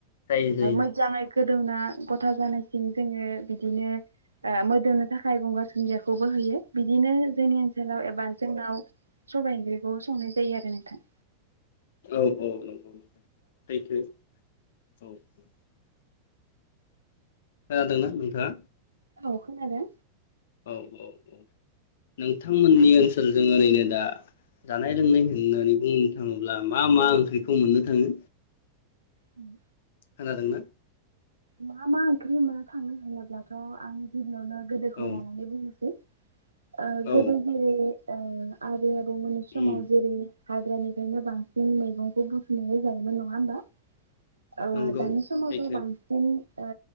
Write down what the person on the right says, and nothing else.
मोजाङै गोदौना गथा जानायसिम जोङो बिदिनो ओ मोदोमनो थाखाय गंगार दुन्दियाखौबो होयो बिदिनो जोंनि ओनसोलाव एबा जोंनाव सबाइ ओंख्रिखौ संनाय जायो आरो नोंथां।
औ खोनादों।
उम
मा मा ओंख्रि मोनो थांनो होनोब्लाथ' आं गिबियावनो गोदोखौ
लानानै बुंनोसै। ओ
गोदो जेरै ओ आ बै आबौ मोनि समाव
जेरै हाग्रानिफ्रायनो बांसिन मैगंखौ बुथुमनानै जायोमोन नङा होमबा ओ
दानि समावथ'
बांसिन ओ